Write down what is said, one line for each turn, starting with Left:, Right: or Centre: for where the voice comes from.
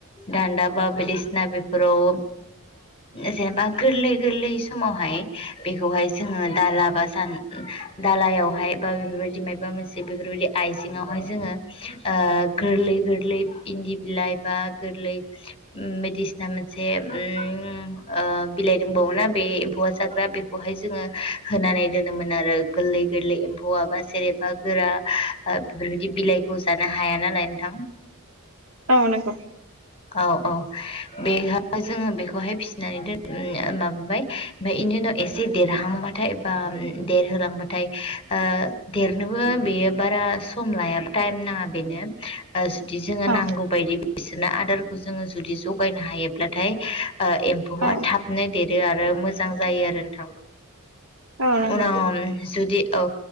Left: दान्दा बा बायदिसिना बेफोराव जेनेबा गोरलै गोरलै गोरलै समावहाय बेखौहाय जोङो दाला बा सान दालायावहाय बा बेफोरबायदि मायोबा मोनसे बेफोरबायदि आइजेङावहाय जोङो गोरलै गोरलै बिलाइ बा गोरलै उम बायसिना मोनसे उम ओ बिलाइ दोंबावोना बे एम्फौआ जाग्रा बेखौहाय जोङो होनानै दोनोमोन आरो गोरलै गोरलै बवाबा सेरेबा गोरा बेफोरबायदि बिलाइखौ जानो हाया नालाय नोंथां।
Right: औ नोंगौ
Left: औ औ बे जोङो बेखौहाय फिसिनानै दोन माबाबाय ओमफ्राय इनि एसे देरहांबाथाय बा देरहोलांबाथाय ओ देरनोबो बेयो बारा सम लाया टाइम नाङा बेनो जुदि जोङो
Right: औ
Left: नांगौ बायदि बिसोरनो आदारखौ जोङो जुदि जगायनो हायोब्लाथाय एम्फौआ
Right: औ
Left: थाबनो देरो आरो मोजां जायो आरो नोंथां
Right: औ नंगौ
Left: उनाव जुदि औ